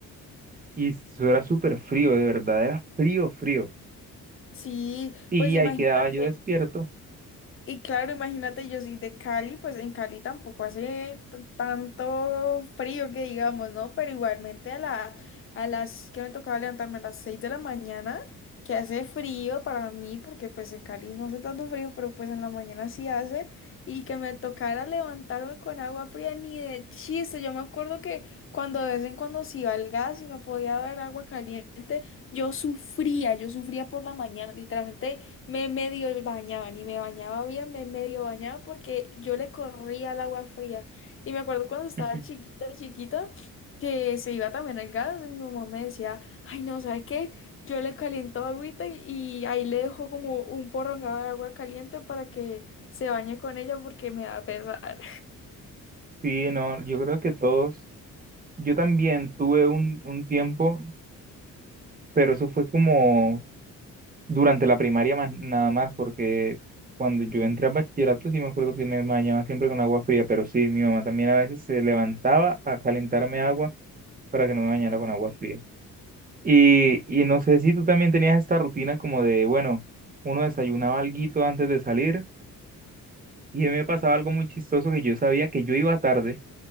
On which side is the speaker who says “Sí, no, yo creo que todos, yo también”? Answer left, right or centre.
Right